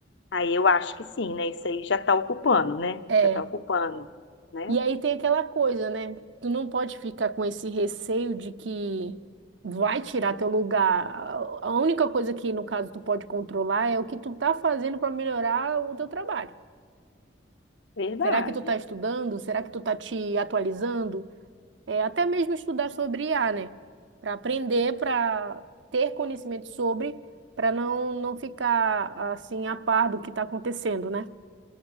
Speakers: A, on the left; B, on the right.
A: Aí eu acho que sim, né? Isso aí já está ocupando, né?
B: É.
A: Já está ocupando, né?
B: E aí tem aquela coisa, né? Tu não pode ficar com esse receio de que vai tirar teu lugar. A a única coisa que, no caso, tu pode controlar é o que tu tá fazendo para melhorar o teu trabalho.
A: Verdade.
B: Será que tu tá estudando? Será que tu tá te atualizando? É, até mesmo estudar sobre I a, né? Para aprender, para ter conhecimento sobre, para não, não ficar assim a par do que tá acontecendo, né?